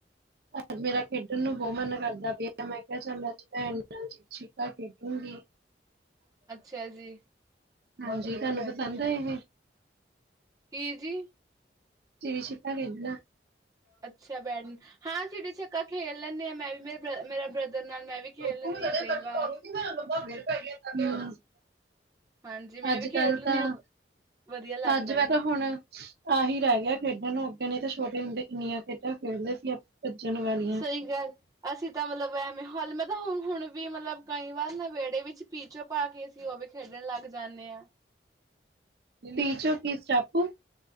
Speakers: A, on the right; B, on the right.
A: ਅੱਜ ਮੇਰਾ ਖੇਡਣ ਨੂੰ ਬਹੁਤ ਮਨ ਕਰਦਾ ਪਿਆ ਮੈਂ ਕਿਹਾ ਚਾਹਦਾ ਅੱਜ ਭੈਣ ਨਾਲ ਚਿੜੀ ਛਿੱਕਾ ਖੇਡੂੰਗੀ।
B: ਅੱਛਾ ਜੀ
A: ਹਾਂਜੀ ਤੁਹਾਨੂੰ ਪਸੰਦ ਹੈ ਇਹ
B: ਕੀ ਜੀ।
A: ਚਿੜੀ ਛਿੱਕਾ ਖੇਡਣਾ।
B: ਅੱਛਾ ਬੈਡ ਹਾਂ ਚਿੜੀ ਛਿੱਕਾ ਖੇਲ ਲੈਂਣੇ ਹਾਂ ਮੈਂ ਵੀ ਮੇ ਮੇਰਾ ਬ੍ਰਦਰ ਨਾਲ ਮੈਂ ਵੀ
A: <unintelligible>
B: ਖੇਲ ਲੈਂਦੀ ਹਾਂ ਕਈ ਵਾਰ ਹਾਂਜੀ ਮੈਂ
A: ਅੱਜ
B: ਵੀ ਖੇਡ
A: ਕੱਲ
B: ਲੈਂਦੀ
A: ਤਾਂ
B: ਹਾਂ ਵਧੀਆ ਲੱਗਦਾ
A: ਅੱਜ ਮੈਂ ਤਾਂ
B: ਜੀ।
A: ਹੁਣ ਆਹੀ ਰਹਿ ਗਿਆ ਖੇਡਣ ਨੂੰ ਅੱਗੇ ਨੇ ਤੇ ਛੋਟੇ ਹੁੰਦੇ ਕਿੰਨੀਆਂ ਖੇਡਾਂ ਖੇਡਦੇ ਸੀ। ਭੱਜਣ ਵਾਲੇ
B: ਸਹੀ ਗੱਲ ਅਸੀਂ ਤਾਂ ਮਤਲਬ ਐਵੇਂ ਹਾਲ ਮੈਂ ਤਾਂ ਹੁ ਹੁਣ ਵੀ ਮਤਲਬ ਕਈ ਵਾਰ ਨ ਵੇੜੇ ਵਿੱਚ ਪੀਚੋ ਪਾ ਕੇ ਅਸੀਂ ਉਹ ਵੀ ਖੇਡਣ ਲੱਗ ਜਾਂਦੇ ਹਾਂ।
A: ਪੀਚੋਂ ਕੀ ਸਟਾਪੂ